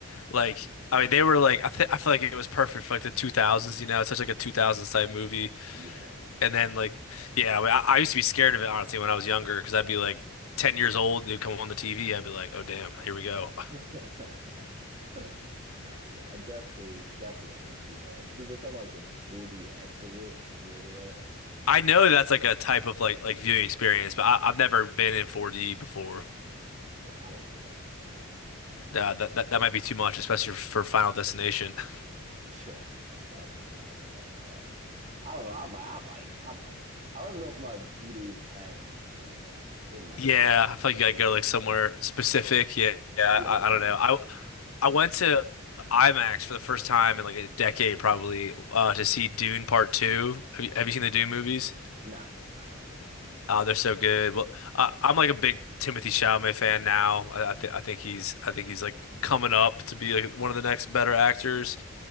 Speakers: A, on the left; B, on the right.
A: like I mean they were like I th I feel like it was perfect for like the 2000s, you know. It's such like a 2000s type movie.
B: Yeah.
A: And then like yeah, I mean, I, I used to be scared of it honestly when I was younger because I'd be like 10 years old, they'd come on the TV, I'd be like, "Oh damn, here we go."
B: <laughs> Nah, yeah, I definitely definitely gotta go see that. And people were talking about like the 4DX of it. Have you heard of that?
A: I know that's like a type of like like viewing experience, but I, I've never been in 4D before.
B: Yeah, I don't think I'm going to either, to be honest.
A: Nah, that, that that might be too much, especially for Final Destination. <laughs>
B: <laughs> Yeah, like I'm fine. Like I'm fine. I don't know. I might. I might. I might. I don't even know if my theater even has anything like that. It might.
A: Yeah, I feel like you gotta go like somewhere specific. Yeah, yeah.
B: Yeah,
A: I,
B: like very
A: I don't know.
B: specific.
A: I I went to IMAX for the first time in like a decade probably uh, to see Dune Part Two. Have you, have
B: Yeah.
A: you seen the Dune movies?
B: Nah, I haven't.
A: Uh, they're so good. Well, uh, I'm like a big Timothy Chalamet fan now. I I, th I think he's I think he's like coming up to be like one of the next better actors.